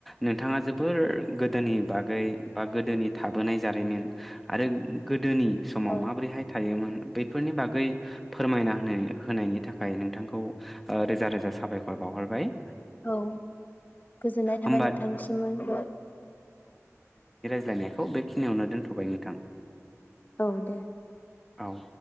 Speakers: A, in the centre; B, on the left.
A: नोंथाङा जोबोर गोदोनि बागै बा गोदोनि थाबोनाय जारिमिन आरो गोदोनि समाव
B: औ
A: माब्रैहाय थायोमोन? बेफोरनि बागै फोरमायना होनो होनायनि थाखाय नोंथांखौ ओ रोजा रोजा साबायखर बावहरबाय।
B: औ गोजोननाय थाबाय
A: होमबा
B: नोंथांनिसिममोनबो।
A: लायनायखौ बे खिनियावनो दोनथ'बाय नोंथां
B: औ दे
A: औ।